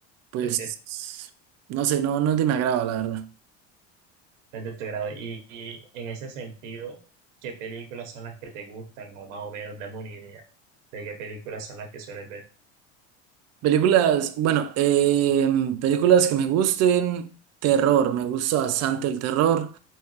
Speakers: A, on the right; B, on the right.
A: pues,
B: <laughs>
A: no sé, no, no es de mi agrado, la verdad.
B: Es de tu grado. Y, y en ese sentido, ¿qué películas son las que te gustan? O más o menos, dame una idea de qué películas son las que sueles ver.
A: Películas, bueno, em, películas que me gusten, terror, me gusta bastante el terror.